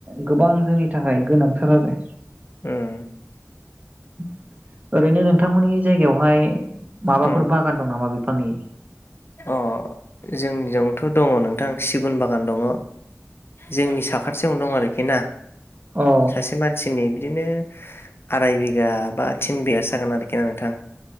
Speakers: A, on the right; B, on the left.
A: गोबां जोंनि थाखाय गोनांथार आरो
B: <inaudible>
A: <inaudible> ओरैनो नोंथांमोननि जायगायाव हाय माबाफोर
B: उम
A: बागान दं नामा बेफोर फांनि
B: अ जोंनिजोंथ' दङ नोंथां सिगुन बागान दङ जोंनि साखाथियावनो दं आरोखि ना
A: औ
B: सासे मानसिनि बिदिनो आराय बिघा बा थिन बिगासो जागोन आरोखि ना नोंथां ।